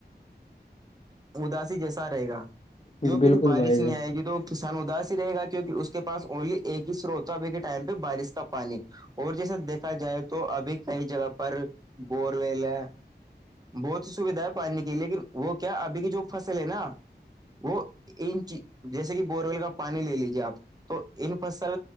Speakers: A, on the right (about 20°); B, on the left (about 35°).
A: اداسی جیسا رہے گا کیوں
B: جی
A: پہ
B: بالکل
A: بھی بارش
B: بھائی
A: نہیں
B: جان
A: آئے گی تو کسان اداس رہے گا کیہ اس کے پاس اونلی ایک ہی سروتا ابھی کے ٹائم پہ بارش کا پانی اور جیسا دیکھا جائے تو ابھی کئی جگہ پر بور ویل ہے بہت ہی سویدھا ہے پانی کی لیکن وہ کیا ابھی کی جو فصل ہے نا وہ ان چ جیسے کہ بورور ویل کا پانی لے لیجیے آپ تو ان فصل